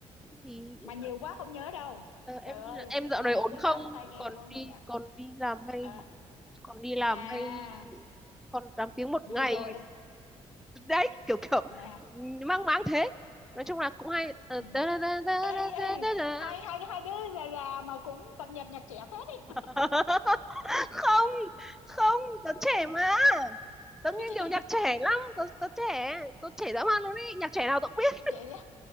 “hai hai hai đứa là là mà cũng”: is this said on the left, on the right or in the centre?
Left